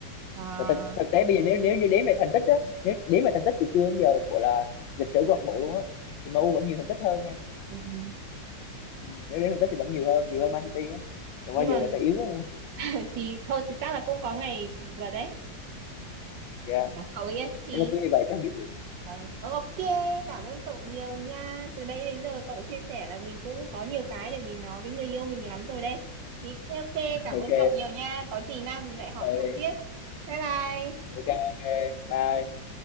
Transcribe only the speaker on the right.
À.
Ừ.
Nhưng
mà
<laughs> thì thôi thì chắc là cũng có ngày bị vượt đấy.
Dạ, cậu ấy thì
ờ, ờ, ok cảm ơn cậu nhiều nha từ nãy đến giờ cậu chia sẻ là mình cũng có nhiều cái để mình nói với người yêu mình lắm rồi đấy thì ok
cảm
ơn cậu nhiều nha có gì nào mình lại hỏi
cậu tiếp bye bye